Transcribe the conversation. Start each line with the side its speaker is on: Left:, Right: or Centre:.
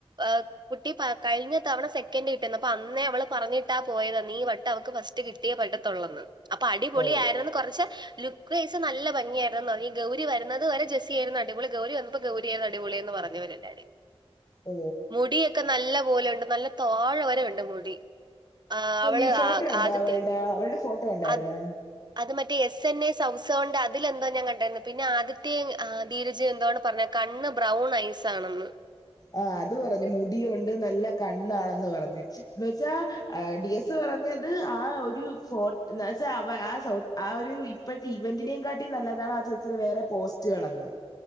Right: ആഹ് കുട്ടി പ കഴിഞ്ഞ തവണ സെക്കൻഡ് കിട്ടിന്ന് പ്പ അന്നേ അവള് പറഞ്ഞിട്ടാ പോയതന്ന് നീ വട്ട് അവക്ക് ഫസ് കിട്ടിയ പറ്റാത്തോളുന്ന് അപ്പൊ അടിപൊളിയായിരുന്നു
Left: ഓ
Right: കുറച്ച് ലുക്ക്ഴസ് നല്ല ഭംഗിയ ആയിരുന്നു ഈ ഗൗ രി വരുന്നത് വരെ ജെസ്സി ആയിരുന്നു അടിപൊളി ഗൗരി വന്നപ്പോ ഗൗരി ആയിരുന്നു അടിപൊളി എന്ന് പറഞ്ഞ് ഇവരെല്ലാരും
Left: ഓ
Right: മുടിയൊക്കെ നല്ല പോലെ ഇണ്ട് നല്ല താഴെ വരെ ഉണ്ട് മുടി ആ് അവള്
Left: ഈ ഫോട്ടോ
Right: ആ
Left: ഉണ്ടോ
Right: ആദ്യത്തെ
Left: അവളുടെ അവളുടെ ഫോട്ടോ ഉണ്ടായിരുന്നോ
Right: അത് അത് മറ്റേ എസ് എൻ എ സം സ്സോണ്ട് അതിലെന്തോ ഞാൻ കണ്ടായിരുന്നു. പിന്നെ ആദ്യത്തെ ധീരജ് എന്താണ് പറഞ്ഞെ കണ്ണ് ബ്രൗൺ ഐസ് ആണെന്ന്
Left: ആ അത് പറഞ് മുടി ഉണ്ട് നല്ല കണ്ണാണെന്ന് പറഞ് എന്നുവെച്ചാ ഡി എസ് പറഞ്ഞത് ആ ഒരു ഫോർട്ട് എന്നുവെച്ചാ അവ ആ സൗത്ത് ആ ഒരു ഇപ്പോഴത്തെ ഇവന്റനെകാട്ടി നല്ലതാണ് ആ ചേച്ചിന്റെ വേറെ പോസ്റ്റുകളെന്ന്